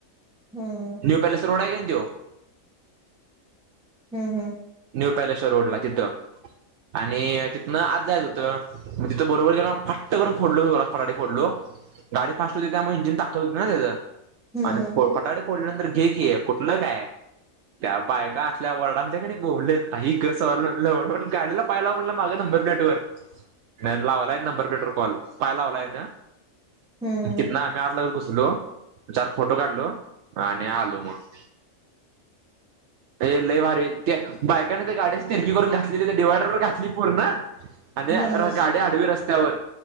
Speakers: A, in the centre; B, on the right (about 65°).
A: हम्म
B: न्यू पॅलेस रोड आहे का तो
A: हम्म हम्म
B: न्यू पॅलेसच्या रोडला तिथं आणि तिथनं आत जायच होतं म तिथं बरोबर गेल फाट्ट करून फोडलो जोरात फटाटे फोडलो गाडी फास्ट होती त्यामुळे इंजिन ताकत होते ना त्याचं
A: हम्म
B: आणिोडपटाट बोलल्या नंतर घे क कुठलं काय त्या बायकाल्या वर्डातल्याकडे बोललेत का स गाडीला पाहायला म्होललं माझे नंबर प्लेट ववर नाही लावलाय नंबर प्लेटर कॉल पाय लावलाय ना
A: हम्म
B: कि आम्ही आ लो चार फोटो काढलो आणि आलो मग ते लय माारी त्या बायकाने ते गाडी्याच तिरकी करून घातलेली त्या डिवायडरवर घातली पोर ना आणि
A: हम्म
B: गाडी आडवी रस्त्यावर